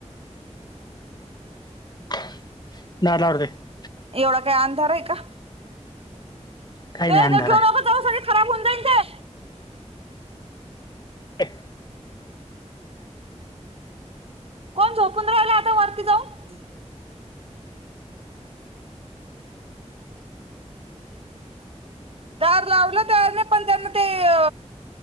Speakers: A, on the left (about 35°); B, on the right (about 55°).
A: <unintelligible>
B: एवढा काय अंधार आहे का?
A: काही
B: काय
A: नाही अंधार
B: गं घेऊ
A: आहे
B: नको जावा सगळे खराब होऊ जाईल ते.
A: एक
B: कोण झोपुन राहिला आता वरती जाऊन? दार लावलं त्याने पण त्यांनं ते अ